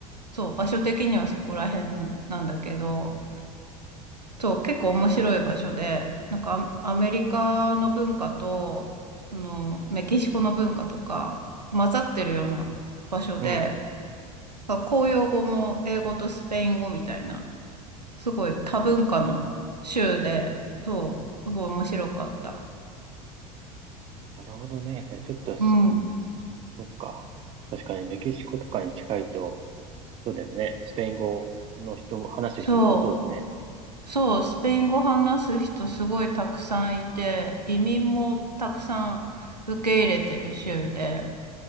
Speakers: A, on the right; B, on the right.
A: そう、場所的にはそこら辺なんだけど、そう、結構面白い場所で、なんかア、アメリカの文化と、その、メキシコの文化とか、混ざってるような場所で、
B: うん、うん。
A: まあ公用語も英語とスペイン語みたいな、すごい多文化の州で、
B: あ
A: そう、すごい面白かった。
B: あ、なるほどね。じゃあちょっとす、
A: うん。
B: そっか。確かにメキシコとかに近いと、そうだよね。スペイン語の人も、話す人も多そうだね。
A: そう、そう、スペイン語話す人すごいたくさんいて、移民もたくさん受け入れてる州で、